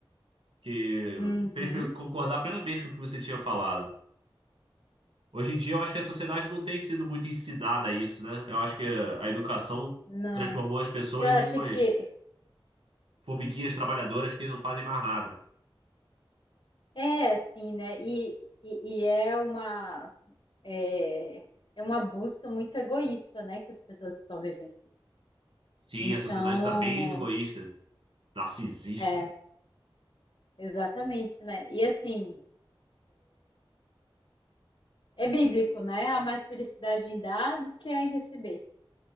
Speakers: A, on the right; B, on the left.
A: que
B: Uhum.
A: fez eu concordar plenamente com o que você tinha falado. Hoje em dia, eu acho que a sociedade não tem sido muito ensinada a isso, né? Eu acho que a educação
B: Não.
A: transformou as pessoas
B: Eu acho
A: em umas
B: que
A: formiguinhas trabalhadoras que não fazem mais nada.
B: é assim, né? E, e, e é uma é, é uma busca muito egoísta, né, que as pessoas estão vivendo.
A: Sim,
B: Então,
A: a sociedade está bem egoísta, narcisista.
B: é, Exatamente, né. E assim, é bíblico, né, há mais felicidade em dar do que há em receber.